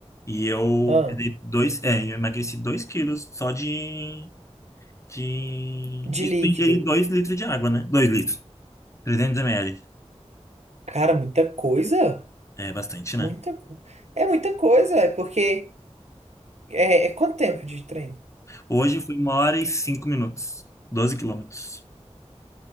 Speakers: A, on the left; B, on the right.
A: E eu
B: Ah,
A: perdi dois, é, eu emagreci dois quilos só de, de...
B: de
A: Isso
B: líquido.
A: eu ingeri dois litros de água, né? Dois litros, 300 ml.
B: Cara, muita coisa.
A: É bastante,
B: Muita
A: né?
B: coisa. É muita coisa, é porque. É, é quanto tempo de treino?
A: Hoje foi uma hora e cinco minutos, 12 quilômetros.